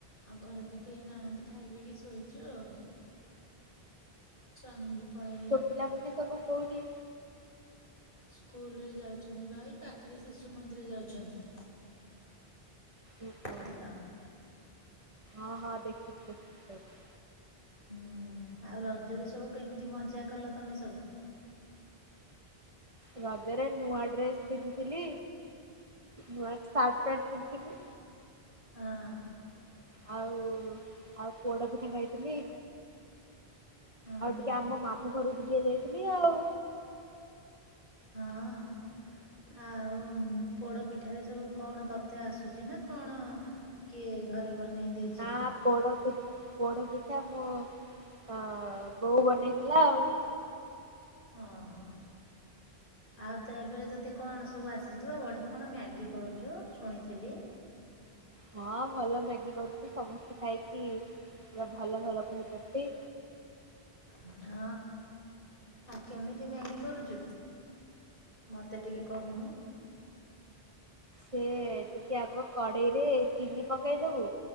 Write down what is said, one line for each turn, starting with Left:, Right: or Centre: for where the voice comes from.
Left: ଆଉ ଘରେ ତ କେହି ନାହାନ୍ତି ଖାଇ ପିକି ଶୋଇଛୁ ଆଉ। ସ୍ବାମୀ ବି ପଳେଇ
Right: ପୁଅ ପିଲା ମନେ ସବୁ କଉଠି?
Left: ସ୍କୁଲରେ ଯାଉଛନ୍ତି ବା ଏଇ ପାଖରେ ଶିଶୁ ମନ୍ଦିର ଯାଉଛନ୍ତି।
Right: ଓ ହୋ।
Left: ହାଲୋ।
Right: ହଁ ହଁ ଦେଖୁ ଦେଖି ପାଇଲି। <unintelligible>
Left: ହୁଁ ଆଉ ରଜରେ ସବୁ କେମିତି ମଜା କଲ ତମେ ସବୁ?
Right: ରଜରେ ନୂଆ ଡ୍ରେସ୍ ପିନ୍ଧିଥିଲି ନୂଆ ସାର୍ଟ ପ୍ୟାଣ୍ଟ ପିନ୍ଧିଥିଲି।
Left: ହଁ।
Right: ଆଉ ଆଉ ପୋଡ଼ ପିଠା ଖାଇଥିଲି।
Left: ହଁ
Right: ଆଉ ଟିକେ
Left: ହଁ
Right: ଆମ ମାମୁ ଘରକୁ ବୁଲିବାକୁ ଯାଇଥିଲି ଆଉ।
Left: ହଁ। ଆଉ ପୋଡ ପିଠାରେ ସବୁ କଣ ତତେ ଆସୁଛି ନା କଣ କିଏ ଘରେ ବନେଇ ଦେଇ
Right: ହଁ ପୋଡ଼ ପିଠା ପୋଡ଼ ପିଠା ମୋ ଅ ବୋଉ ବନେଇଥିଲା ଆଉ।
Left: ଓହୋ ଆଉ ତା ପରେ ତତେ କଣ ସବୁ ଆସିଛି ତୁ ବଢିଆ କଣ ମ୍ୟାଗି କରୁଛୁ ଶୁଣିଥିଲି।
Right: ହଁ ଭଲ ମ୍ୟାଗି କରଛିୁ ସମସ୍ତେ ଖାଇକି ପୁରା ଭଲ ଭଲ କହୁଛନ୍ତି।
Left: ହଁ ଆଉ କେମିତି ମ୍ୟାଗି କରୁଛୁ ମତେ ଟିକେ କହୁନୁ।
Right: ସେ ଟିକେ ଆଗ କଡ଼େଇରେ ଚିନି ପକେଇଦବୁ